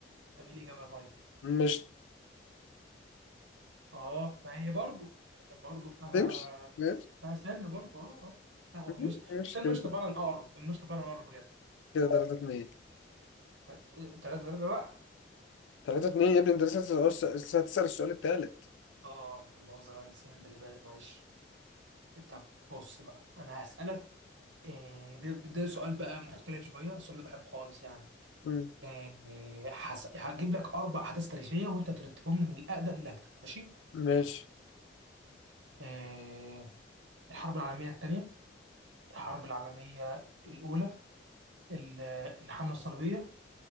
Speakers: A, on the right; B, on the left.
A: طب إيه الإجابة طيب
B: مش
A: أه ما هي برضو برضو فيها
B: تمشي ماشي
A: فيها سن برضو أه أه مفتاح والمشط
B: مم. ماشي
A: بس المشط
B: كده
A: فعلا أقرب المشط فعلا أقرب بجد
B: كده تلاتة اتنين
A: تل- تلاتة تلاتة بقى
B: تلاتة اتنين يا ابني انت لسه هتسأل السؤال لسه هتسأل السؤال التالت
A: أه مؤاخذة أنا السن ده اللي بادئ معلش طب بص بقى أنا هسألك إيه ده, ده سؤال بقى مختلف شويه السؤال ده بحبه خالص يعني
B: مم.
A: إيه حس... هجيب لك اربع احداث تاريخيه وانت ترتبهم لي من الاقدم للاجدد ماشي
B: ماشي
A: إيه الحرب العالميه الثانيه الحرب العالميه الاولى ال- الحمله الصليبيه